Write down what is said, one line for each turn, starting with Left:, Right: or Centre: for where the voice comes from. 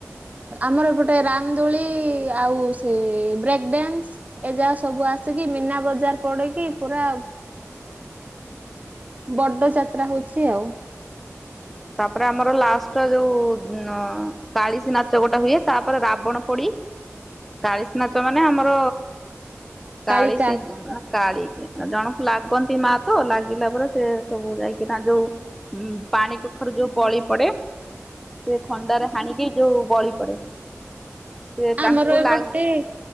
Right: ଆମରଏପଟେ ରାମ ଦୁଳି ଆଉ ସେ ବ୍ରେକ୍ ଡ୍ୟାନ୍ସ ଏଯା ସବୁ ଆ ଆସକିି ମୀନା ବଜାର ପଡିକି ପୁରା। ବଡ ଯାତ୍ରା ହଉଚି ଆଉ।
Centre: ତାପରେ ଆମର ଲାଷ୍ଟ ଯୋଉ କାଳିଶୀ ନାଚ ଗୋଟା ହୁଏ ତାପରେ ରାବଣ ପୋଡି କାଳିସି ନାଚ ମାନେ ଆମର କାଳିସି
Right: କାଳିକା
Centre: କାଳୀ ଜଣଙ୍କୁ ଲାଗନ୍ତି ମା ତ ଲାଗିଲା ପରେ ସେ ସବୁ ଯାଇକିନା ଯୋଉ ପାଣିକୁ ଯୋଉ ବଳି ପଡେ ସେ ଖଣ୍ଡାରେ ହାଣିକି ଯୋଉ ବଳି ପଡେ। ସେ
Right: ଆମର
Centre: ତାଙ୍କୁ
Right: ଏପଟେ
Centre: ଲା